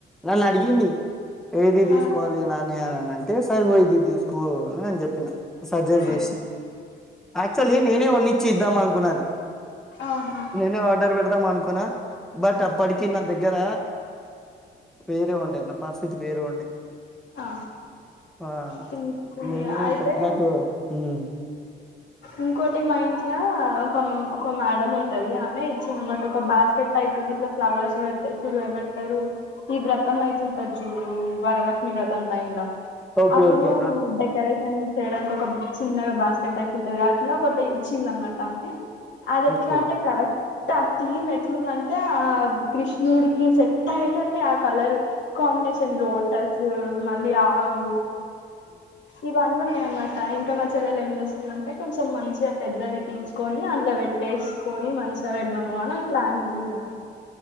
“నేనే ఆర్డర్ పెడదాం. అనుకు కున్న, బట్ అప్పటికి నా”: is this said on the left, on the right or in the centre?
Centre